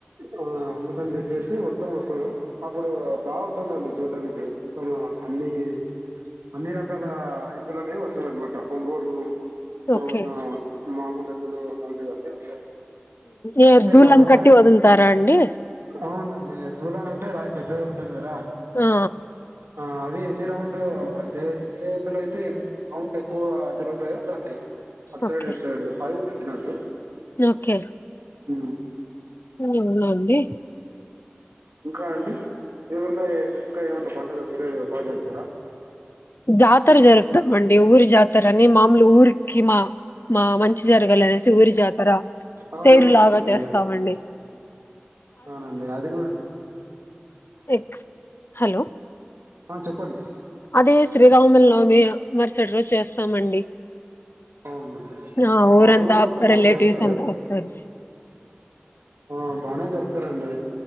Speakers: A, on the right; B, on the left.
A: ఆ అందుకని చెప్ వచ్చేసి మొత్తం వస్తుంది అప్పుడు బాగుంటుందండి చూడ్డానికి మొత్తం అన్నిీ అన్ని రకాల అలనే వస్థాయి అనమాట ఒంగోలు తర్వాత
B: ఓకే
A: మామ దద్దులు అలాంటివన్నీ వస్తాయి
B: ఏ
A: అంతేకాకుండా
B: దుళ్ళను కట్టి వదులుతారా ఎండీ
A: అవునండి దూలా అంటే రాయి పెద్దది ఉంటుంది కదా
B: ఆ
A: ఆ అవి ఎన్ని రౌండ్ ఏ ఏదులో అయితే ఎన్ని రౌండ్ ఎక్కువ తిరుగుతాయో దాన్ని డి అటు సైడ్
B: ఓకే
A: ఇటు సైడ్ ఆ వచ్చినటు
B: ఓకే
A: ఉ
B: అవునా అండి
A: ఇంకా అండి మీ ఊర్లో ఇంకా ఏమన్నా పండుగ వేరే బాగా జరుపుతారా
B: జాతర జరుపు మండి ఊరు జాత తారని మాములు ఊరుకిి మా మా మంచి జరగలేనేసి జాతర
A: అవునవునండి
B: తేరులాగా చేస్తామండి
A: అవునండి అది కూడా
B: ఎక్స్ హలో
A: ఆ చెప్పండి
B: అదే శ్రీరాముల నోమి మరుసటి రోజు చేస్తామండి
A: అవునండి
B: ఆ ఊరంతా
A: మా ఊర్లో కూడా బాగా
B: రిలేటివ్స్
A: జరుపుతాడు
B: అంతా వస్తారు
A: ఆ బానే జరుపుతారండి